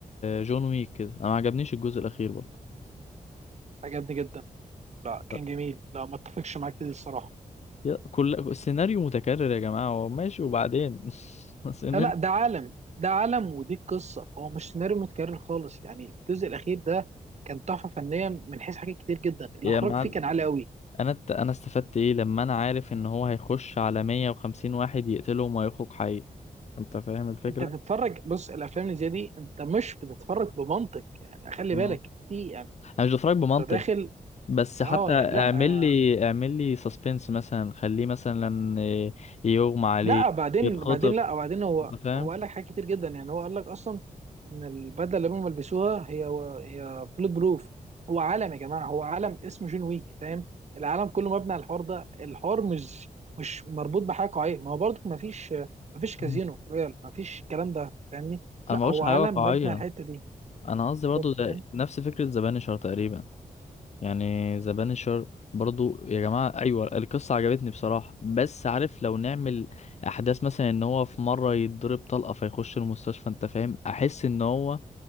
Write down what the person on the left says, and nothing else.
جون ويك كده أنا ما عجبنيش الجزء الأخير برضه
لا،
يا- كل السيناريو متكرر يا جماعة هو ماشي وبعدين <laughs> السيناريو
يا معلم
انا ات- انا استفدت ايه لما انا عارف ان هو هيخش على 150 واحد يقتلهم ويخرج حي انت فاهم الفكرة
اه
انا مش بتفرج بمنطق
بس
حتى اعمل
لي
اعمل لي سسبنس مثلا خليه مثلا إيه، يغمى عليه
يتخطف
انت فاهم
مم.
انا
ما بقولش
حاجة
واقعية
انا قصدي برضه
زي
نفس فكرة ذا بانشر تقريبا يعني ذا بانشر برضو يا جماعة أيوة القصة عجبتني بصراحة بس عارف لو نعمل أحداث مثلا إن هو في مرة يتضرب طلقة فيخش المستشفى أنت فاهم أحس إن هو